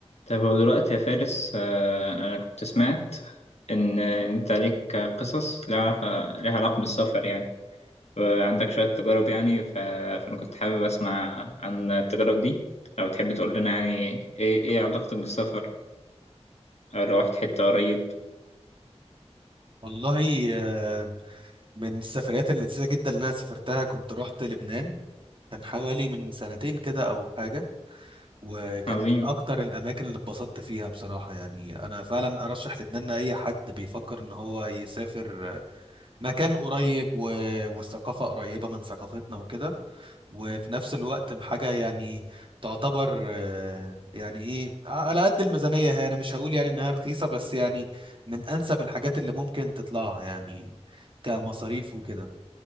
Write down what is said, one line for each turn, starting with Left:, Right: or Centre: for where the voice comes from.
Left: طيب هو دلوقتي يا فارس آه، أنا كنت سمعت إن إن أنت عليك قصص لها علاقة لها علاقة بالسفر يعني وعندك شوية تجارب يعني ف... فأنا كنت حابب أسمع عن التجارب دي لو تحب تقول لنا يعني إيه إيه علاقتك بالسفر أو لو رحت حتة قريب
Right: والله آه، من السفريات اللذيذة جدا اللي أنا سافرتها كنت رحت لبنان كان حوالي من سنتين كده أو حاجة وكان
Left: عظيم
Right: من أكتر الأماكن اللي اتبسطت فيها بصراحة يعني أنا فعلا أرشح لبنان لأي حد بيفكر إن هو يسافر مكان قريب و... والثقافة قريبة من ثقافتنا وكده وفي نفس الوقت حاجة يعني تعتبر آه، يعني ايه آه، على قد الميزانية هي انا مش هقول يعني انها رخيصة بس يعني من انسب الحاجات اللي ممكن تطلعها يعني كمصاريف وكده